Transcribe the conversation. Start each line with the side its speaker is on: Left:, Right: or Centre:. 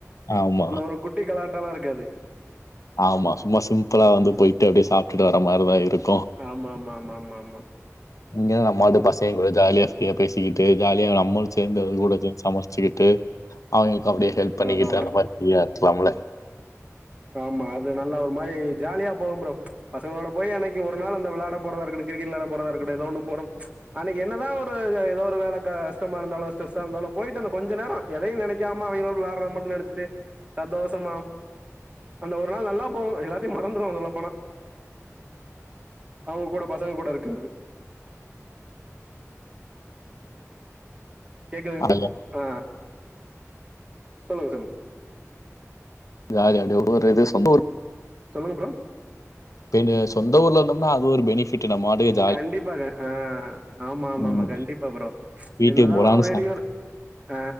Left: ஆமா,
Right: அந்த ஒரு குட்டி கலாட்டாலா இருக்காது
Left: ஆமா சும்மா சிம்பிளா வந்து போய்ட்டு அப்டியே சாப்டுட்டு வர மாரிதா இருக்
Right: ஆமா ஆமா ஆமா ஆமா ஆமா
Left: இங்கதா நம்மாட்டு பசங்கூட ஜாலியா ஃப்ரீயா பேசிக்கிட்டு ஜாலியா நம்மளு சேந்து கூட சேந் சம ச்சுக்கிட்டு அவுங்களுக்கு அப்டியே ஹெல்ப் பண்ணிக்கிட்டு
Right: அதா அதா
Left: அந்த மாரி ஃப்ரீயா இருக்கலாம்ல
Right: ஆமா அது நல்லா ஒரு மாரி ஜாலியா போகும் ஃப்ரோ பசங்களோட போய் அன்னைக்கு ஒரு நாள் அந்த விளாட போறதா இருக்கட்டு கிரிக்கெட் விளாட போறதா இருக்கட்டு ஏதோ ஒன்னு போறம் அன்னைக்கு என்ன தா ஒரு க ஏதோ ஒரு வேல கஷ்டமா இருந்தாலு ஸ்ட்ரெஸ்ஸா இருந்தாலு போய்டு அந்த கொஞ்ச நேரோ எதையு நெனைக்காம அவைங்களோட விளாட்றத மட்டு நெனச்சிட்டு சந்தோஷமா அந்த ஒரு நாள் நல்லா போகு எல்லாத்தையு மறந்துடுவோ சொல்ல போனா அவங்க கூட பசங்க கூட இருக்கறது கேக்குது
Left: அதுல
Right: ஆ சொல்லுங்க சொல்லுங்க
Left: ஜாலி அப்டி ஒரு இது சொந்த ஊரு
Right: சொல்லுங்க ஃப்ரோ
Left: இங்க சொந்த ஊர்ல இருந்தோம்னா அது ஒரு பெனிஃபிட்டு நம்பாட்டுக்கு இரு
Right: கண்டிப்பாக ஆ ஆமாமாமா
Left: ம்.
Right: கண்டிப்பா ஃப்ரோ
Left: வீட்டுக்கு
Right: என்னதா
Left: போனாலும்
Right: வெளியூரு
Left: சா
Right: ஆ